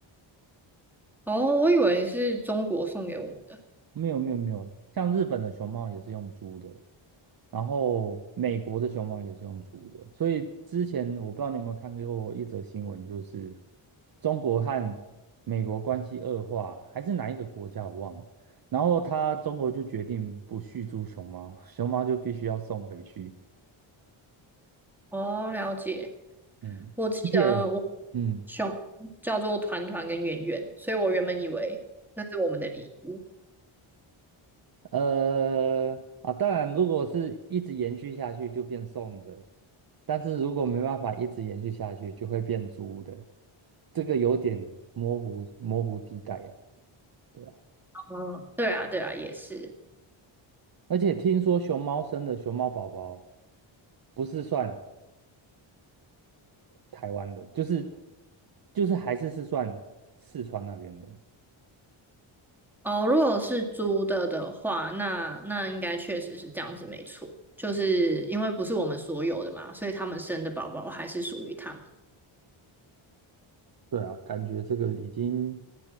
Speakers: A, in the centre; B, on the right.
A: 哦，我以为是中国送给我们的。
B: 没有没有没有，像日本的熊猫也是用租的，然后美国的熊猫也是用租的，所以之前我不知道你有没有看过一则新闻，就是中国和美国关系恶化，还是哪一个国家我忘了，然后他中国就决定不续租熊猫，熊猫就必须要送回去，
A: 哦，了解。
B: 嗯，
A: 我记得我
B: 而且嗯。
A: 熊叫做团团跟圆圆，所以我原本以为那是我们的礼物。
B: 呃，啊，当然，如果是一直延续下去就变送的，但是如果没办法一直延续下去，就会变租的，这个有点模糊模糊地带呀、对啊，
A: 嗯，对啊，对啊，也是。
B: 而且听说熊猫生的熊猫宝宝不是算台湾的，就是就是还是是算四川那边的。
A: 哦，如果是租的的话，那那应该确实是这样子，没错。就是因为不是我们所有的嘛，所以他们生的宝宝还是属于他们。
B: 对啊，感觉这个已经